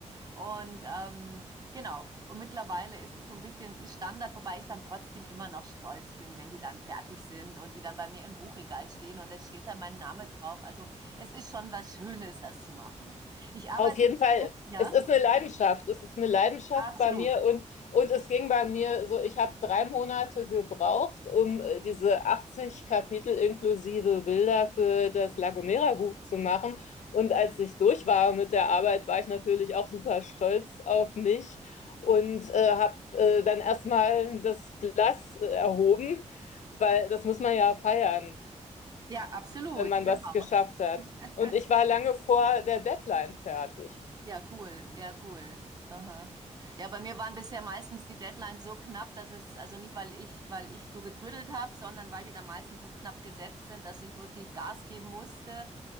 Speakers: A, on the right; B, on the left.
A: Und ähm, genau, und mittlerweile ist es so ein bisschen ein Standard, wobei ich dann trotzdem immer noch stolz bin, wenn die dann fertig sind und die dann bei mir im Buchregal stehen und dann steht da mein Name drauf. Also es ist schon was Schönes, das zu machen. Ich arbeite,
B: Auf jeden Fall.
A: ja,
B: Es ist eine Leidenschaft. Es ist eine Leidenschaft
A: absolut.
B: bei mir und, und es ging bei mir so, ich habe drei Monate gebraucht, um äh, diese 80 Kapitel inklusive Bilder für das La Gomera Buch zu machen. Und als ich durch war mit der Arbeit, war ich natürlich auch super stolz auf mich und äh, habe äh, dann erstmal das Glas äh, erhoben, weil das muss man ja feiern,
A: Ja, absolut,
B: wenn man
A: genau.
B: was geschafft hat.
A: <laughs>
B: Und ich war lange vor der Deadline fertig.
A: Ja, cool, ja, cool. Aha. Ja, bei mir waren bisher meistens die Deadlines so knapp, dass es, also nicht, weil ich, weil ich so gedrüdelt habe, sondern weil die dann meistens so knapp gesetzt sind, dass ich wirklich Gas geben musste.